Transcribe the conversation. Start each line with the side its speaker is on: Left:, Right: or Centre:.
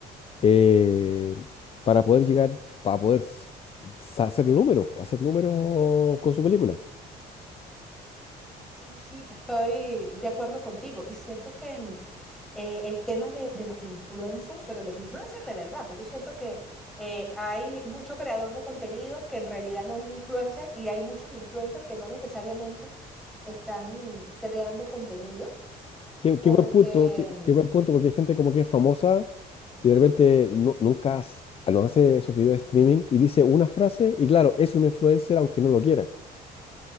Left: eh, para poder llegar, para poder s- sa- hacer números, hacer números con su película.
Centre: Sí, sí, yo estoy de acuerdo contigo y siento que mm, eh, el tema de, de los influencers, pero los influencers de verdad, pues yo siento que eh, hay mucho creador de contenido que en realidad no es influencer y hay muchos influencers que no necesariamente están creando contenido
Left: Qué, qué
Centre: porque
Left: buen punto, qué,
Centre: mm,
Left: qué buen punto, porque hay gente como que es famosa y de repente nu- nunca hace- no hace esos videos de streaming y dice una frase y claro, es un influencer aunque no lo quiera.